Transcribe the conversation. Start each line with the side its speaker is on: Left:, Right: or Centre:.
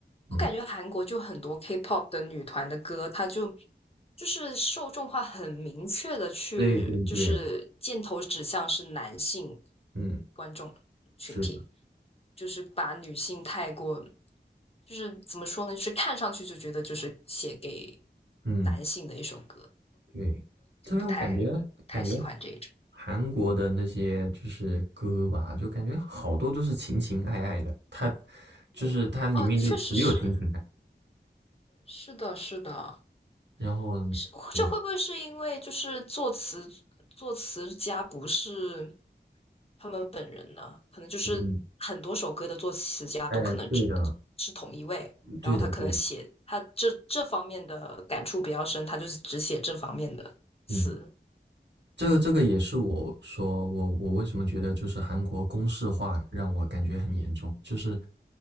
Right: 嗯，
Left: 我感觉韩国就很多 K-pop 的女团的歌，它就就是受众化很明确的去，
Right: 对对对，
Left: 就是箭头指向是男性
Right: 嗯，
Left: 观众群体，
Right: 是的，
Left: 就是把女性太过，就是怎么说呢，就是看上去就觉得就是写给
Right: 嗯。
Left: 男性的一首歌，
Right: 对，
Left: 就不太太喜欢这一种。
Right: 特别我感觉感觉韩国的那些就是歌吧，就感觉好多都是情情爱爱的，它就是它里面就只有情情爱，
Left: 嗯，哦，确实是。是的，是的，
Right: 然后对，
Left: 是这会不会是因为就是作词作词家不是他们本人呢？可能就是很多首歌的作词家都可能只是同一位，
Right: 嗯，哎，对的，
Left: 然后他可能写他这这方面的感触比较深，
Right: 对的，对的，
Left: 他就是只写这方面的词。
Right: 嗯。这个这个也是我说我我为什么觉得就是韩国公式化让我感觉很严重，
Left: 嗯，
Right: 就是，